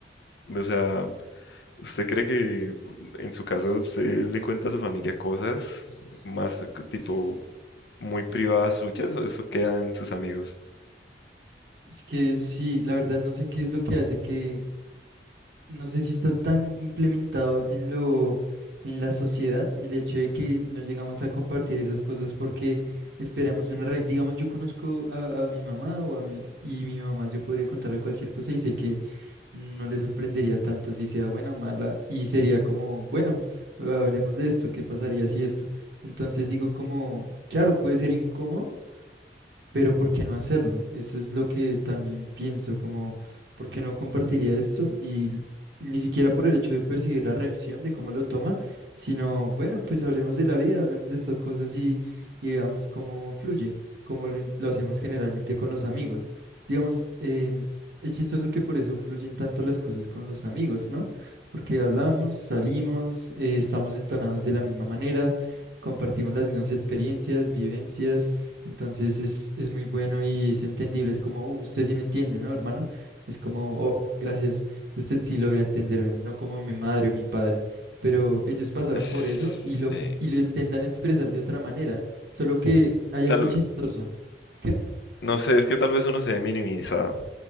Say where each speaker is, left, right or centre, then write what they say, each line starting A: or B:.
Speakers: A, on the left; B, on the right.
A: O sea, ¿usted cree que en su caso usted le cuenta a su familia cosas más eh, tipo muy privadas suyas o eso queda en sus amigos?
B: Es que sí, la verdad no sé qué es lo que hace que, no sé si está tan implementado en lo, en la sociedad, el hecho de que no llegamos a compartir esas cosas porque esperamos una reacción. Digamos, yo conozco a, a mi mamá o a mi, y mi mamá yo podría contarle cualquier cosa y sé que no le sorprendería tanto si sea buena o mala y sería como, bueno, hablemos de esto, ¿qué pasaría si esto? Entonces digo como, claro, puede ser incómodo, pero ¿por qué no hacerlo? Eso es lo que también pienso, como, ¿por qué no compartiría esto? Y ni siquiera por el hecho de percibir la reacción, de cómo lo toma, sino, bueno, pues hablemos de la vida, hablemos de estas cosas y, y veamos cómo fluye, como lo, in- lo hacemos generalmente con los amigos. Digamos, em, es chistoso que por eso fluyen tanto las cosas con los amigos, ¿no? Porque hablamos, salimos, eh, estamos entonados de la misma manera. Compartimos las mismas experiencias, vivencias, entonces es, es muy bueno y es entendible. Es como, "Uf, usted sí me entiende, ¿no, hermano? Es como, oh, gracias, usted sí logra entenderme, no como mi madre o mi padre. Pero ellos pasaron
A: Es,
B: por eso y lo,
A: eh,
B: y lo intentan expresar de otra manera. Solo que hay
A: tal,
B: algo chistoso.
A: ve-
B: ¿Qué?
A: no sé, es que tal vez uno se ve minimizado.